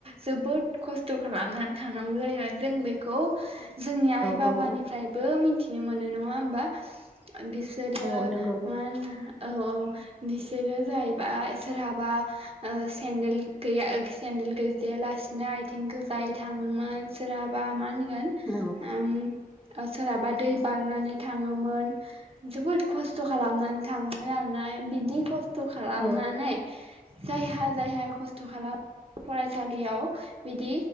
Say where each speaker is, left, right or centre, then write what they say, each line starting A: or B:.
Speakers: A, on the right (about 40°); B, in the centre.
A: जोबोद खस्थ' खस्थ' खालामनानै थानांगौ जायो जों बेखौ जोंनि आइ बाबानिफ्रायबो
B: औ
A: मिथि नो मोनो नङा होमबा बिसोरो
B: औ नंगौ
A: मा होनो औ औ बिसोरो जाहैबाय सोरहाबा ओ सेन्देल गैया सेन्देल गैजाया लासिनो आथिं गोजायै थाङोमोन सोरहाबा मानि होन
B: औ
A: उम सारबा दै बारनानै थाङोमोन जोबोद खस्थ' खालामनानै थाङोमोन आरोना बिदि खस्थ' खस्थ' खालामनानै
B: औ
A: जायहा जायहा खस्थ' खालामो फरायसालियाव बिदि